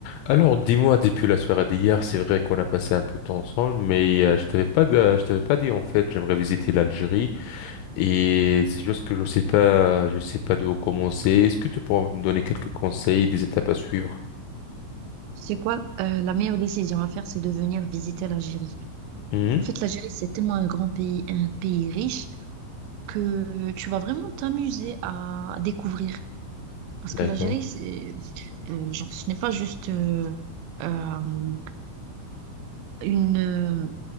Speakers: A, on the left; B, on the right.
A: Alors, dis-moi, depuis la soirée d'hier, c'est vrai qu'on a passé un peu de temps ensemble, mais euh, je t'avais pas, de- je t'avais pas dit en fait, j'aimerais visiter l'Algérie et c'est juste que je sais pas, je sais pas d'où commencer. Est-ce que tu pourras me donner quelques conseils, des étapes à suivre?
B: C'est quoi? Euh, la meilleure décision à faire, c'est de venir visiter l'Algérie.
A: Mhm.
B: En fait, l'Algérie, c'est tellement un grand pays, un pays riche, que tu vas vraiment t'amuser à découvrir. Parce
A: D'accord.
B: que l'Algérie, c'est, euh, genre, ce n'est pas juste euh, euh, une... euh,